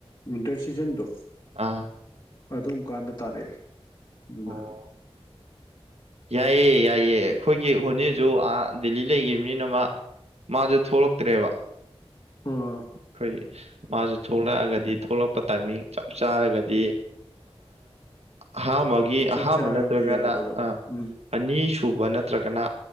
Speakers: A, on the left (about 45°); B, on the right (about 80°).
A: ꯋꯟꯇꯔ ꯁꯤꯖꯟ ꯇꯣ
B: ꯑꯥ
A: ꯑꯗꯨꯝꯀꯥꯟꯗ ꯇꯥꯔꯛꯑꯦ ꯑꯗꯨꯅ
B: ꯑꯣ ꯌꯥꯏꯌꯦ ꯌꯥꯏꯌꯦ ꯑꯩꯈꯣꯏꯒꯤ ꯍꯣꯅꯤꯁꯨ ꯑꯥ ꯂꯤ ꯂꯩꯈꯤꯕꯅꯤꯅ ꯃꯥ ꯃꯥꯁꯨ ꯊꯣꯛꯂꯛꯇ꯭ꯔꯦꯕ
A: ꯑꯥ
B: ꯈꯣꯏꯒꯤ ꯃꯥꯁꯦ ꯊꯣꯛꯂꯛꯑꯒꯗꯤ ꯊꯣꯛꯂꯛꯄ ꯇꯥꯏꯃꯤꯡ ꯆꯞ ꯆꯥꯔꯒꯗꯤ ꯑꯍꯟꯕ ꯒꯤ
A: ꯆꯠꯁꯦ
B: ꯑꯍꯥꯥꯟꯕ
A: ꯍꯥꯏꯕꯗ
B: ꯅꯠꯇ꯭ꯔꯒꯅ
A: ꯌꯥꯒꯗꯕ
B: ꯑ
A: ꯎꯝ
B: ꯑꯅꯤ ꯁꯨꯕ ꯅꯠꯇ꯭ꯔꯒꯅ